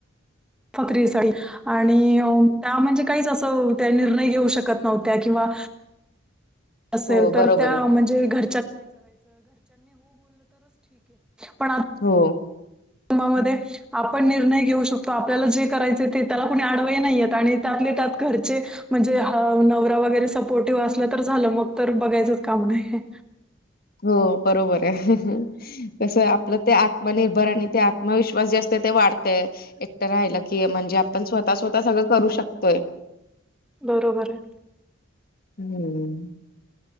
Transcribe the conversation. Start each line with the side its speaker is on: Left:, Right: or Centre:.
Centre: फकरी साडी <inaudible> आणि त्या म्हणजे काहीच असं त्या निर्णय घेऊ शकत नव्हत्या किंवा असेल
Left: हो
Centre: तर
Left: बरोबर
Centre: त्या
Left: आहे.
Centre: म्हणजे घ ब
Left: हो
Centre: तुमध्येध्ये आपण निर्णय घेऊ शकतो आपल्याला जे करायचे ते त्याला कोणी आडवई नाहीय आणि त्यातले त्यात घरचे म्हणजे ह नवरा वगैरे सपोर्टिव्ह असला तर झालं मग तर बघायचंच काम नाही हे
Left: हो बरोबर आहे कस आपलं ते आत्मनिर्भर आणि ते आत्मविश्वास जे असते ते वाढते एकटं राहिलं की म्हणजे आपण स्वतः स्वतः सगळं करू शकतोय
Centre: बरोबर आहे
Left: हम्म